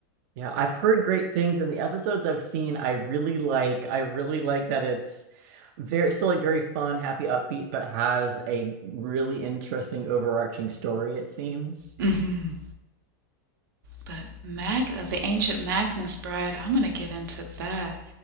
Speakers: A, on the right; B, on the right.
A: Yeah, I've heard great things in the episodes I've seen. I really like I really like that it's very still like very fun, happy, upbeat, but has a really interesting overarching story, it seems.
B: hmm But Mag, uh, the Ancient Magnus Bride, I'm gonna get into that.